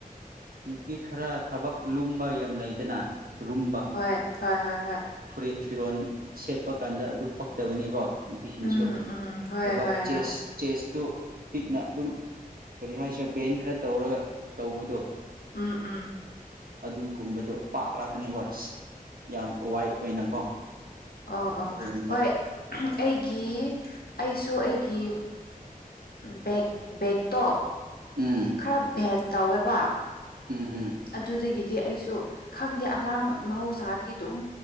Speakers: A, on the right; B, on the left.
A: ꯅꯨꯄꯤ ꯈꯔ ꯊꯕꯛ ꯂꯨꯝꯕ ꯌꯥꯝ ꯂꯩꯗꯅ ꯔꯨꯝꯕ
B: ꯍꯣꯏ ꯍꯣꯏ ꯍꯣꯏ ꯍꯣꯏ
A: ꯐꯨꯔꯤꯠ ꯐꯤꯔꯣꯜ ꯁꯦꯠꯄ ꯀꯥꯟꯗ ꯑꯗꯨ ꯄꯛꯇꯕꯅꯤꯀꯣ ꯅꯨꯄꯤꯁꯤꯡꯁꯨ
B: ꯎꯝ ꯎꯝ ꯍꯣꯏ
A: ꯊꯕꯛ
B: ꯍꯣꯏ
A: ꯆꯦꯁ
B: ꯍꯣꯏ
A: ꯆꯦꯁꯇꯨ ꯄꯤꯛꯅ ꯑꯗꯨꯝ ꯀꯔꯤ ꯍꯥꯏꯁꯤꯦ ꯕꯦꯟ ꯈꯔ ꯇꯧꯔꯒ ꯇꯧꯕꯗꯣ
B: ꯎꯝ ꯎꯝ
A: ꯑꯗꯨꯒꯨꯝꯕꯗꯣ ꯄꯥꯛ ꯂꯥꯛꯀꯅꯦꯕꯁ ꯌꯥꯝ ꯋꯥꯏꯠ ꯑꯣꯏꯅꯀꯣ
B: ꯑꯣ ꯑꯣ
A: ꯑꯗꯨꯒꯨꯝꯕ
B: ꯍꯣꯏ ꯑꯩꯒꯤ ꯑꯩꯁꯨ ꯑꯩꯒꯤ ꯕꯦꯛ ꯕꯦꯛꯇꯣ
A: ꯎꯝ
B: ꯈꯔ ꯚꯦꯟ ꯇꯧꯋꯦꯕ
A: ꯎꯝ ꯎꯝ
B: ꯑꯗꯨꯗꯒꯤꯗꯤ ꯑꯩꯁꯨ ꯈꯪꯗꯦ ꯑꯉꯥꯡ ꯃꯍꯧꯁꯥꯗꯒꯤ ꯑꯗꯨꯝ